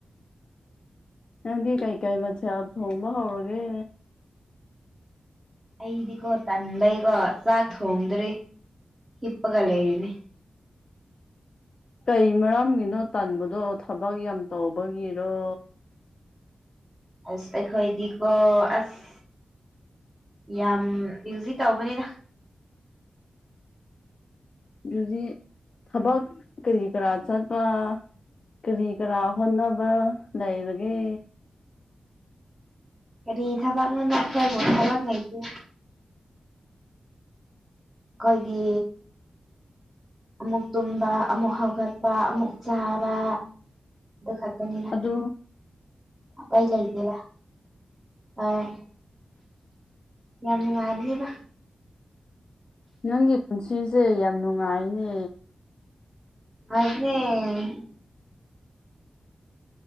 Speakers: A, on the left; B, on the right.
A: ꯅꯪꯗꯤ ꯀꯩꯀꯩ ꯃꯊꯦꯜ ꯊꯣꯡꯕ ꯍꯧꯔꯒꯦ
B: ꯑꯩꯗꯤꯀꯣ ꯇꯟꯕꯩꯀꯣ ꯆꯥꯛ ꯊꯣꯡꯗ꯭ꯔꯤ ꯍꯤꯞꯒ ꯂꯩꯅꯤ
A: ꯀꯩ ꯃꯔꯝꯒꯤꯅꯣ ꯇꯥꯟꯕꯗꯣ ꯊꯕꯛ ꯌꯥꯝ ꯇꯧꯕꯒꯤꯔꯣ
B: ꯑꯁ ꯑꯩꯈꯣꯏꯗꯤꯀꯣ ꯑꯁ ꯌꯥꯝ ꯏꯨꯖꯤ ꯇꯧꯕꯅꯤꯅ
A: ꯑꯗꯨꯗꯤ ꯊꯕꯛ ꯀꯔꯤ ꯀꯔꯥ ꯆꯠꯄ ꯀꯔꯤ ꯀꯥ ꯍꯣꯟꯅꯕ ꯂꯩꯔꯒꯦ
B: ꯀꯔꯤ ꯏ ꯊꯥꯕꯛꯅꯅꯨꯡꯕꯥꯛ ꯈꯦꯕꯣ ꯏ ꯊꯕꯥꯛ ꯂꯩꯀ ꯑꯩꯈꯣꯏꯒꯤ ꯑꯃꯨꯛ ꯇꯨꯝꯕ ꯑꯃꯨꯛ ꯍꯧꯒꯠꯄ ꯑꯃꯨꯛ ꯆꯥꯕ ꯈꯗꯅꯤꯅ
A: ꯑꯗꯨꯣ
B: ꯀꯩ ꯂꯩꯗꯦꯔ ꯑꯣ ꯌꯥ ꯉꯔꯤꯗ
A: ꯅꯪꯒꯤ ꯄꯨꯟꯁꯤꯁꯦ ꯌꯥꯝ ꯅꯨꯡꯉꯥꯏꯅꯦ
B: ꯑꯗꯨꯅꯦ